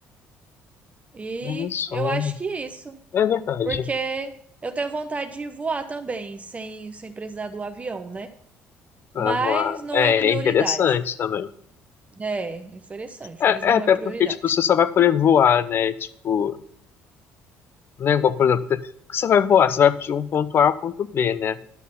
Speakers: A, on the right; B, on the left.
A: E
B: Olha só.
A: eu acho que isso,
B: É verdade.
A: porque eu tenho vontade de voar também, sem, sem precisar do avião, né? Mas
B: Ah, vamos lá.
A: não
B: É,
A: é prioridade.
B: é interessante também.
A: É, é interessante,
B: É,
A: mas não
B: é, até
A: é prioridade.
B: porque, tipo, você só vai poder voar, né? Tipo, não é igual, por exemplo, que você vai voar, você vai de um ponto A ao ponto B, né?